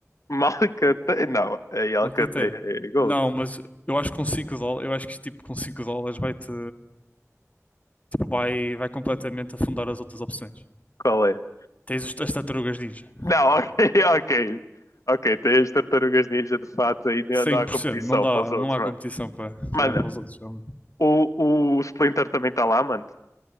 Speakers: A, on the left; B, on the left.
A: Malcateia. Não, é Alcateia.
B: Uma cateia.
A: É Gold.
B: Não, mas eu acho que com 5 dólares, eu acho que tipo com 5 dólares vai-te, tipo, vai, vai completamente afundar as outras opções.
A: Qual é?
B: Tens os- as tartarugas ninja.
A: Não, ok, <laughs> ok. Ok, tem as tartarugas ninja de fato aí não
B: cem
A: há
B: por
A: competição
B: cento não dá,
A: para os outros,
B: não há
A: mano.
B: competição para
A: Mano,
B: para para os outros. É-
A: o, o Splinter também está lá, mano.